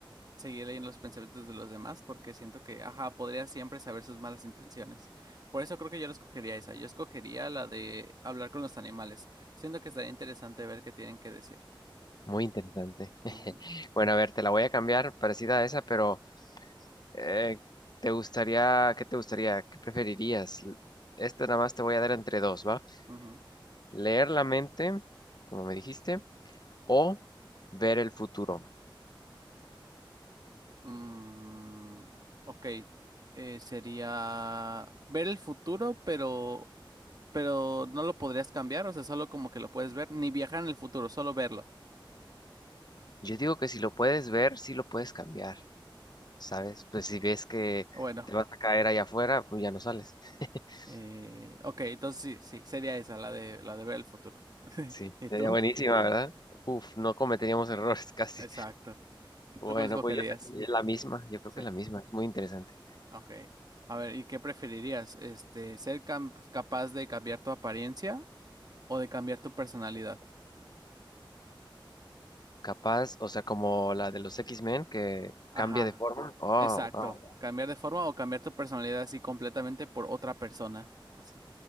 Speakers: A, on the right; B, on the left.
A: seguir leyendo los pensamientos de los demás porque siento que, ajá, podría siempre saber sus malas intenciones. Por eso creo que yo la escogería esa. Yo escogería la de hablar con los animales. Siento que estaría interesante ver qué tienen que decir.
B: Muy interesante. <laughs>
A: Ujú,
B: Bueno, a ver, te la voy a cambiar, parecida a esa, pero eh, ¿te gustaría, qué te gustaría, qué preferirías? Esta nada más te voy a dar entre dos, ¿va?
A: ujú.
B: Leer la mente, como me dijiste, o ver el futuro.
A: Mm, ok, eh, sería ver el futuro, pero pero no lo podrías cambiar, o sea, solo como que lo puedes ver, ni viajar en el futuro, solo verlo.
B: Yo digo que si lo puedes ver, sí lo puedes cambiar, ¿sabes? Pues si ves que
A: Bueno,
B: te vas a caer allá afuera, pues ya no sales. <laughs>
A: eh, ok, entonces sí, sí, sería esa, la de, la de ver el futuro. <laughs>
B: Sí,
A: ¿Y
B: sería
A: tú?
B: buenísima, ¿verdad? Uf, no cometeríamos errores <laughs> casi.
A: Exacto.
B: Bueno,
A: ¿Tú cuál escogerías?
B: pues yo te- eh, la misma, yo creo
A: Sí,
B: que la misma, es muy interesante.
A: ok. A ver, ¿y qué preferirías? Este, ¿ser cam- capaz de cambiar tu apariencia o de cambiar tu personalidad?
B: Capaz, o sea, como la de los X-Men que
A: Ajá,
B: cambia de forma. Oh,
A: exacto.
B: wow.
A: Cambiar de forma o cambiar tu personalidad así completamente por otra persona. Así.